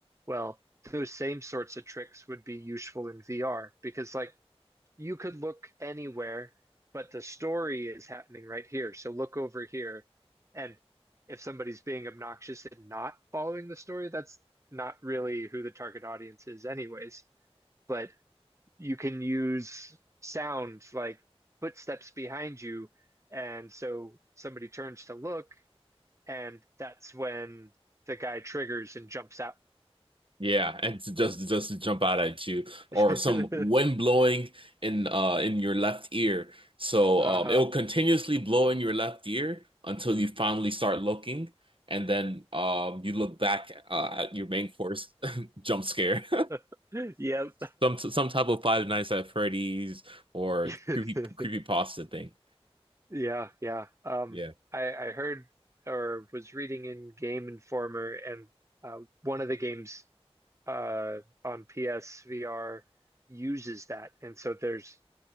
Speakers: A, on the right; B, on the right.
A: Well, those same sorts of tricks would be useful in VR because like you could look anywhere, but the story is happening right here. So look over here. And if somebody's being obnoxious and not following the story, that's not really who the target audience is, anyways. But you can use sound like footsteps behind you. And so somebody turns to look, and that's when the guy triggers and jumps out.
B: Yeah, and to just just to jump out at you, or
A: <laughs>
B: some wind blowing in uh in your left ear. So
A: Uh-huh.
B: um, it will continuously blow in your left ear until you finally start looking, and then um you look back uh, at your main course, <laughs> jump scare. <laughs>
A: <laughs> Yep.
B: Some some type of Five Nights at Freddy's or
A: <laughs>
B: creepy creepy pasta thing.
A: Yeah, yeah. Um,
B: Yeah,
A: I I heard or was reading in Game Informer, and uh, one of the games uh, on PSVR uses that, and so there's